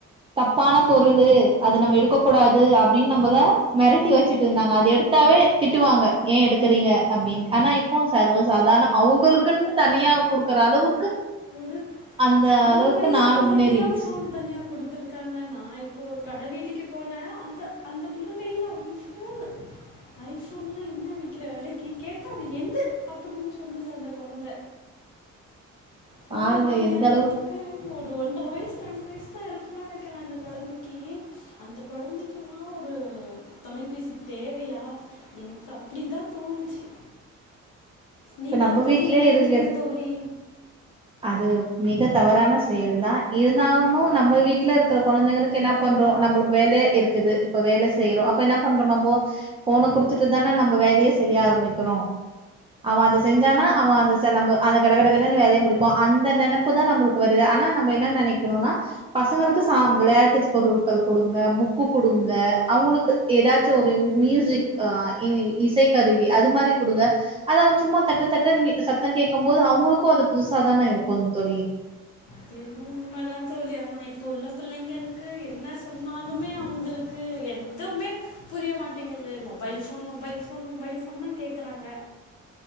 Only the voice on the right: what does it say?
தப்பான பொருளு அது நம்ம எடுக்க கூடாது அப்டின்னு நம்பள மெரட்டி வச்சுட்டு இருந்தாங்க அத எடுத் தாவே திட்டுவாங்க ஏ எடுக்குறீங்க அப்டின்னு ஆனா இப்போ சர்வசாதார்ணோ அவுங்களுக்குன்ட்டு தனியா குடுக்குற அளவுக்கு
அந்த
அளவுக்கு
நாடு
முன்னேறிடுச்சு
பாருங்க
எந்த
இப்ப நம்ம
வீட்லயே
இருக்கிற
அது மிக தவறான செயல்தா இருந்தாலு நம்ப வீட்ல இருக்குற கொழந்தைங்களுக்கென்னப் பண்றோ நம்பளுக் வேல இருக்குது இப்ப வேல செய்றோ அப்ப என்ன பண்றோ நம்போ ஃபோன குடுத்துட்டு தான நம்போ வேலயே செய்ய ஆரம்பிக்குறோ அவ
அத செஞ்சானா அவ அந்த ச நம்ப அத கட கட கடனு வேலைய முடி இப்போ அந்த நெனப்புதா நம்புளுக்கு வருது ஆனா நம்ப என்ன நெனைக்கறோனா பசங்களுக்கு சா வெளையாட்டு பொருள்கள் குடுங்க புக்கு குடுங்க அவுங்குளுக்கு ஏதாச்சு ஒரு மியூசிக் ஆ இ இசை கருவி அது மாரி குடுங்க அத அவந் சும்மா தட்டத்தட்ட நீ சத்தங் கேக்கும் போது அவுங்களுக்கோ அது புதுசாதான இருக்கோ தோழி